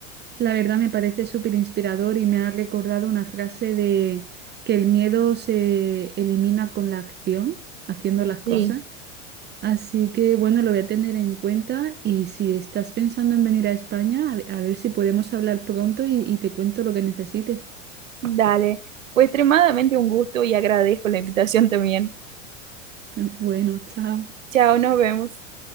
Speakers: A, on the right; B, on the right.
A: La verdad me parece súper inspirador y me ha recordado una frase de que el miedo se elimina con la acción, haciendo las
B: Sí,
A: cosas. Así que bueno, lo voy a tener en cuenta y si estás pensando en venir a España, a, a ver si podemos hablar pronto y y te cuento lo que necesites.
B: dale. Fue extremadamente un gusto y agradezco la invitación también.
A: <laughs> Bueno, chao.
B: Chao, nos vemos.